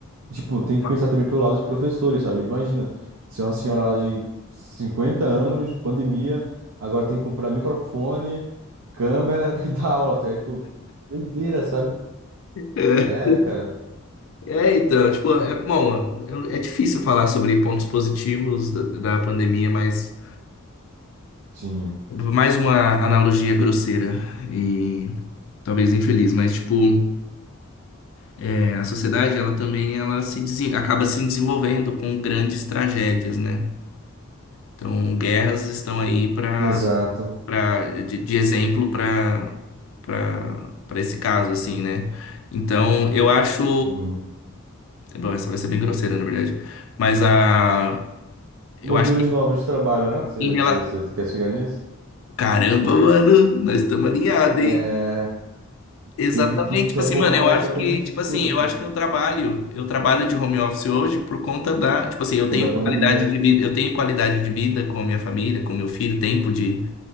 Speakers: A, on the right (about 80°); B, on the left (about 60°).
A: e, tipo, tem que
B: uma-
A: pensar também pelo lado dos professores, sabe? Imagina, se é uma senhora lá de 50 anos, pandemia, agora tem que comprar microfone, câmera <laughs> e dar aula, tá? ligado? Tipo, doideira, sabe?
B: É,
A: É, cara.
B: é, então, tipo, é bom, é é difícil falar sobre pontos positivos da, da pandemia, mas.
A: Sim,
B: Mais uma analogia grosseira e talvez infeliz, mas tipo, é, a sociedade ela também ela se desen- acaba se desenvolvendo com grandes tragédias, né? Então, guerras estão aí para
A: exato.
B: para de, de exemplo para para para esse caso assim, né? Então, eu acho,
A: Sim.
B: bom, essa vai ser bem grosseira, na verdade, mas a eu
A: Modelos
B: acho que
A: novos de trabalho, né? Você
B: em relação
A: quer chegar nisso?
B: Caramba, mano, nós estamos alinhados,
A: É,
B: hein? Exatamente,
A: teve que
B: tipo
A: reformular
B: assim, mano, eu acho
A: exatamente
B: que, tipo assim,
A: tudo,
B: eu
A: pô,
B: acho que eu trabalho, eu trabalho de home office hoje por conta da, tipo assim, eu
A: por
B: tenho
A: da pandemia.
B: qualidade de vida, eu tenho qualidade de vida com a minha família, com meu filho, tempo de,